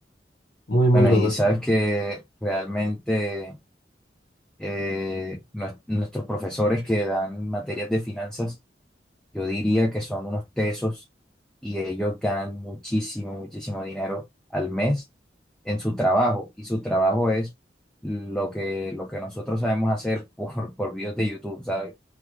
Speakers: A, on the left (about 85°); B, in the centre.
A: muy, muy
B: Bueno,
A: lo
B: y
A: básico.
B: sabes que realmente eh, nues- nuestros profesores que dan materias de finanzas, yo diría que son unos tesos y ellos ganan muchísimo, muchísimo dinero al mes en su trabajo. Y su trabajo es lo que, lo que nosotros sabemos hacer <laughs> por, por videos de YouTube, ¿sabes?